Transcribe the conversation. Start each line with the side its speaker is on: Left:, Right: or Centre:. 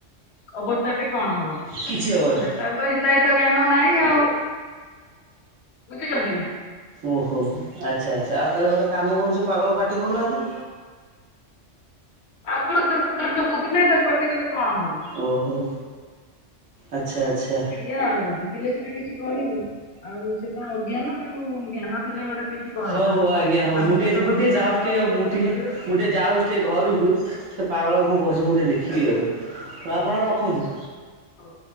Left: ଅବସ୍ଥାଟି କଣ ହବ,
Right: କିଛି ହବନି
Left: ହେଲେ ତା ତ ହିତାହିତ ଜ୍ଞାନ ନାହିଁ ଆଉ, ବୁଝୁଛନ୍ତି ନା।
Right: ଓହୋ ହୋ ଆଚ୍ଛା ଆଚ୍ଛା ଆଉ ତାହେଲେ ଗୋଟେ କାମ କରୁ ସେ ପାଗଳକୁ ପାଟି କରୁନାହାନ୍ତି।
Left: ଆଗରୁ ତ ହିତାହିତ ବୁଦ୍ଧି ନାହିଁ ତାକୁ ପାଟି କଲେ କଣ ହବ।
Right: ଓହୋ, ଆଚ୍ଛା ଆଚ୍ଛା।
Left: ଏଇଆ ଆଉ ବୁଦ୍ଧି ଥିଲେ କି ନା କିଛି କହିବୁ, ଆଉ ସେ ତ ଅଜ୍ଞାନ ତାଙ୍କୁ ଜ୍ଞାନ ଥିଲେ ଗୋଟେ କିଛି କହିଥାନ୍ତା
Right: ହଉ ହଉ ଆଜ୍ଞା ହଉ
Left: ତାଙ୍କ
Right: ମୁଁ ଟିକେ
Left: ସହିତ
Right: ଜି ମୁଁ
Left: ତ ଖରାପ
Right: ଟିକେ ଯାଉଛି
Left: ବ୍ୟବହାର
Right: ଟିକେ
Left: ବି
Right: ମୁଁ
Left: କରିପାରିବାନି
Right: ଟିକେ ମୁଁ ଟିକେ ଯାଉ ଟିକେ ଘରକୁ ସେ ପାଗଳ କଣ କରୁଛି ମୁଁ ଟିକେ ଦେଖିବି ଆଉ, ଆପଣ ରଖନ୍ତୁ।
Left: ହଉ,